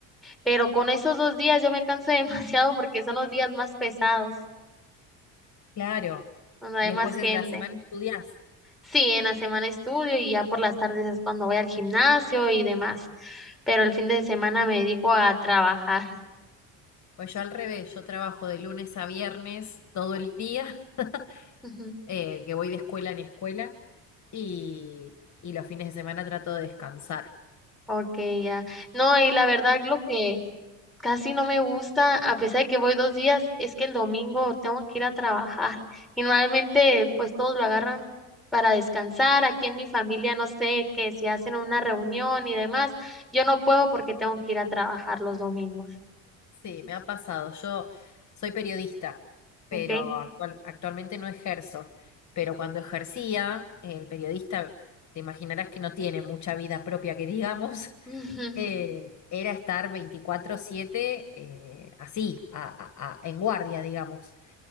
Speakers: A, in the centre; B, on the left.
A: Pero con esos dos días yo me canso <laughs> demasiado porque son los días más pesados,
B: claro.
A: donde hay
B: Y
A: más
B: después
A: gente.
B: en la semana estudiás.
A: Sí, en la semana estudio y ya por las tardes es cuando voy al gimnasio y demás, pero el fin de semana me dedico a trabajar.
B: Pues yo al revés, yo trabajo de lunes a viernes todo el día,
A: <laughs> Ujú.
B: <laughs> eh, que voy de escuela en escuela, y, y los fines de semana trato de descansar.
A: Ok, ya. No, y la verdad lo que casi no me gusta, a pesar de que voy dos días, es que el domingo tengo que ir a trabajar. Y normalmente pues todos lo agarran para descansar. Aquí en mi familia no sé que si hacen una reunión y demás, yo no puedo porque tengo que ir a trabajar los domingos.
B: Sí, me ha pasado. Yo soy periodista, pero
A: Ok.
B: actual- actualmente no ejerzo. Pero cuando ejercía, el periodista, te imaginarás que no tiene mucha vida propia, que digamos.
A: Ujú,
B: eh, era estar veinticuatro siete eh, así, a- a- a- en guardia, digamos,